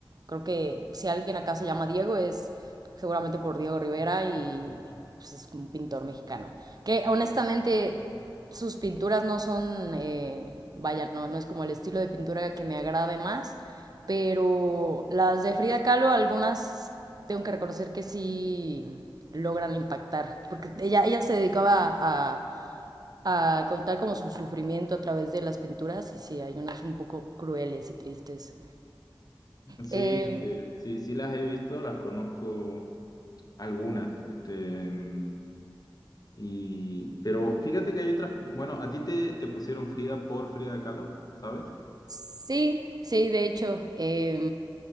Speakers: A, on the right; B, on the left.
A: creo que si alguien acá se llama Diego es seguramente por Diego Rivera y pues, es un pintor mexicano. Que honestamente sus pinturas no son, eh, vaya, no, no es como el estilo de pintura que me agrade más, pero las de Frida Kahlo, algunas tengo que reconocer que sí logran impactar, porque ella, ella se dedicaba a a contar como su sufrimiento a través de las pinturas y sí, hay unas un poco crueles y tristes.
B: Sí,
A: Eh,
B: este, sí, sí las he visto, las conozco algunas, este, mm, y, pero fíjate que hay otras, bueno, a ti te, te pusieron Frida por Frida Kahlo, ¿sabes?
A: sí, sí, de hecho, eh,